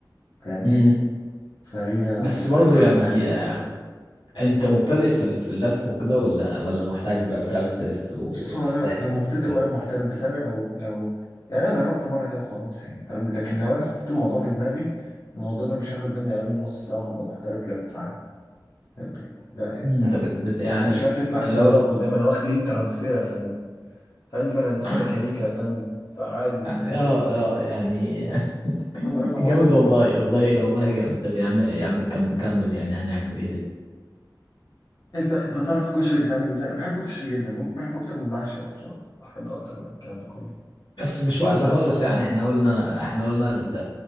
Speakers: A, on the left; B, on the left.
A: فاهمني؟
B: امم
A: فهي
B: بس برضه
A: حاجة
B: يعني
A: سهلة يعني
B: آه، انت مبتدئ في ال- في اللف وكده ولا ولا محترف بقى بتعرف تلف وباحترام
A: بص هو انا لا مبتدئ
B: وكده
A: ولا محترف بس انا لو لو يعني انا جربت مرة كده وخلاص يعني فاهم لكن لو انا حطيت الموضوع في دماغي الموضوع ده مش هياخد مني اقل من نص ساعة وهبقى محترف لف عادي فاهمني؟ لا يعني
B: مم، انت بت, بت يعني
A: اصل مش لفه محشي
B: لو
A: اللي تقف
B: <laughs>
A: قدامي انا واخد ايه ترانسفير يا فندم فندم انا هندسه
B: اه
A: ميكانيكا يا فندم فعادي بالنسبه
B: اه
A: لي الكلام ده
B: يعني <laughs>
A: انا رقم
B: جامد
A: واحد في البلد
B: والله والله والله جامد طب يا عم يا عم كمل كمل يعني هنعمل ايه تاني
A: انت انت تعرف الكشري بيتعمل ازاي انا بحب الكشري جدا ممكن بحب اكتر من المحشي اصلا بحب اكتر من الكلام ده كله
B: بس مش وقته
A: انت عارف
B: خالص
A: اصلا
B: يعني احنا قلنا احنا قلنا ال-